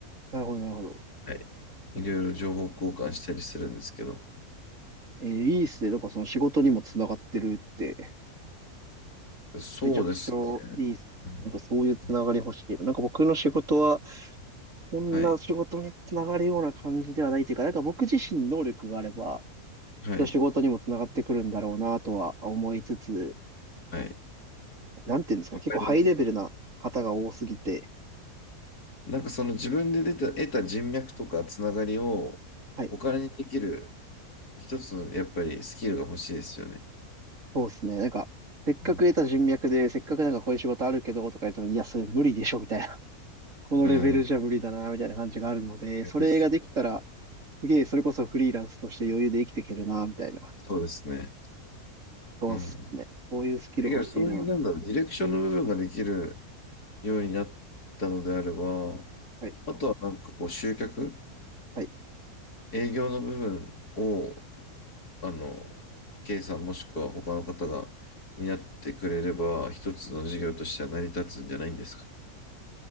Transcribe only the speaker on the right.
なるほど、なるほど。
えーいいっすね。なんかその仕事にもつながってるって、<laughs>
めちゃくちゃいいっす。
なんかそういうつながり欲しいな。なんか僕の仕事は、こんな仕事につながるような感じではないというか、
なんか僕自身能力があれば、
きっと仕事にもつながってくるんだろうなとは思いつつ、
なんていうんですかね、
結構ハイレベルな方が多すぎて、
はい、
そうですね。なんか、せっかく得た人脈で、
せっかくなんかこういう仕事あるけどとか言っても、いや、それ無理でしょみたいなこのレベルじゃ無理だな、
みたいな感じがあるので、
それができたら、すげえ、それこそフリーランスとして余裕で生きていけるな、みたいな。
そうっすね。
そういうスキル欲しいな。
はい。
はい。